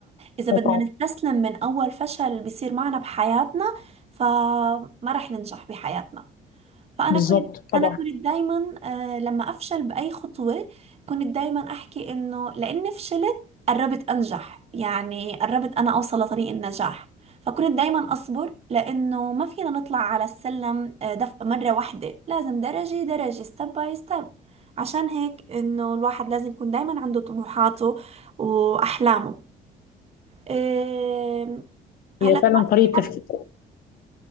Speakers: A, on the right; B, on the left.
A: إذا
B: طبعا
A: بدنا نستسلم من أول فشل بيصير معنا بحياتنا فما رح ننجح بحياتنا فانا
B: بالظبط
A: كنت
B: طبعا
A: انا كنت دايما آه لما افشل باي خطوه كنت دايما احكي انه لاني فشلت قربت انجح يعني قربت انا اوصل لطريق النجاح فكنت دايما اصبر لانه ما فينا نطلع على السلم آه، دف مره واحده لازم درجه درجه ستيب باي ستيب عشان هيك انه الواحد لازم يكون دايما عنده طموحاته واحلامه آه، هلا
B: هي
A: كمان
B: فعلا طريقه تفكير